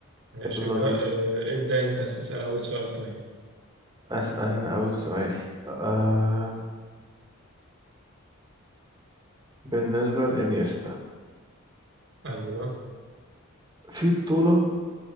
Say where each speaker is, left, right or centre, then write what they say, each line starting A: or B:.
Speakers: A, on the right; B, on the right.
A: ماشي
B: يلا
A: جا...
B: بينا
A: آه، ابدأ أنت اسأل أول سؤال طيب
B: اسأل انا اول سؤال آه بالنسبة لإنيستا
A: أيوه
B: في بطولة